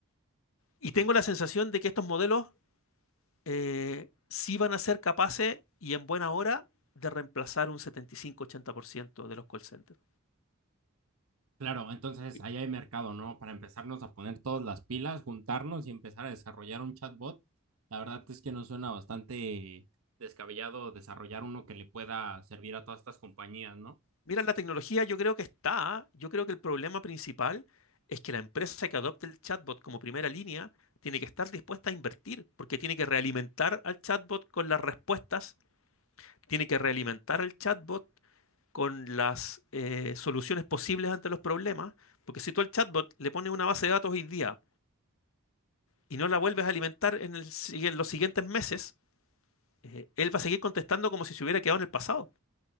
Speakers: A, on the left; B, on the right.
A: Y tengo la sensación de que estos modelos eh, sí van a ser capaces y en buena hora de reemplazar un 75-80% de los call centers.
B: Claro, entonces
A: Y
B: ahí hay mercado, ¿no? Para empezarnos a poner todas las pilas, juntarnos y empezar a desarrollar un chatbot. La verdad es que nos suena bastante descabellado desarrollar uno que le pueda servir a todas estas compañías, ¿no?
A: Mira, la tecnología yo creo que está. Yo creo que el problema principal es que la empresa que adopte el chatbot como primera línea tiene que estar dispuesta a invertir, porque tiene que realimentar al chatbot con las respuestas tiene que realimentar al chatbot con las eh, soluciones posibles ante los problemas, porque si tú al chatbot le pones una base de datos hoy día y no la vuelves a alimentar en, el si- en los siguientes meses, eh, él va a seguir contestando como si se hubiera quedado en el pasado.